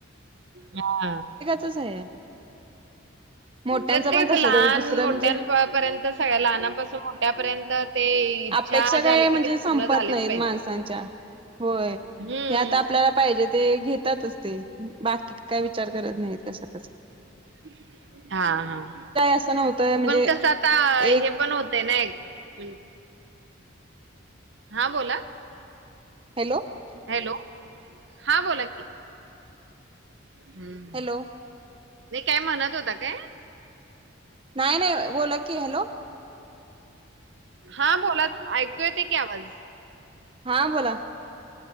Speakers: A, on the right; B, on the right.
A: हा.
B: च आहे. मोठ्यांचं
A: प्रत्येक
B: पण तसं
A: लहान-मोठ्यां
B: दुसरं म्हणजे
A: प पर्यंत त सगळ्या लहनांपासून मोठ्या पर्यंत ते इच्छा
B: अपेक्षा
A: झाली
B: काय
A: की
B: म्हणजे
A: ती पूर्ण
B: संपत
A: झालीच
B: नाही
A: पाहिजे.
B: माणसांच्या. होय,
A: हम्म.
B: हे आता आपल्याला पाहिजे ते घेतातच ते. बाकी काय विचार करत नाही कशाचाच.
A: <inaudible> हा हं.
B: असं नव्हतं म्हणजे
A: पण कस आता
B: एक
A: हे पण होतय ना एक. म्हणजे हा बोला.
B: हॅलो,
A: हॅलो, हा बोला की. हं.
B: हॅलो,
A: नही काय म्हणत होता काय?
B: नाही नाही. बोला की, हॅलो.
A: हा बोलात, ऐकू येतकी आवाज.
B: हा बोला.